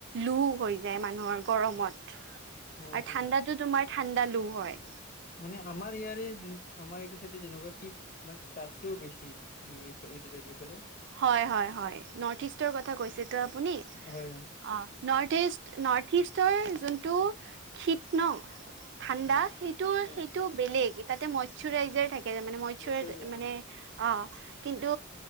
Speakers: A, on the right (about 60°); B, on the left (about 45°).
A: লোহ হৈ যায় মানুহৰ গৰমত আৰু
B: হ'ল
A: ঠাণ্ডাতো তোমাৰ ঠাণ্ডা লোহ হয়।
B: মানে আমাৰ ইয়াৰে যোন আমাৰ এইটো চাইডে যেনেকুৱা শীত মানে তাত কৈও বেছি এইটো চাইডে। এইফালে
A: হয়, হয়, হয়, নৰ্থ ইষ্টৰ কথা কৈছে ত আপুনি?
B: হয় হয়
A: অ' নৰ্থ ইষ্ট নৰ্থ ইষ্টৰ যোনটো শীত ন' ঠাণ্ডা
B: উম,
A: সেইটো
B: হয়
A: সেইটো বেলেগ তাতে মইশ্বৰাইজাৰ থাকে মানে মইশ্ব
B: বছৰি অ
A: মানে অ' কিন্তু?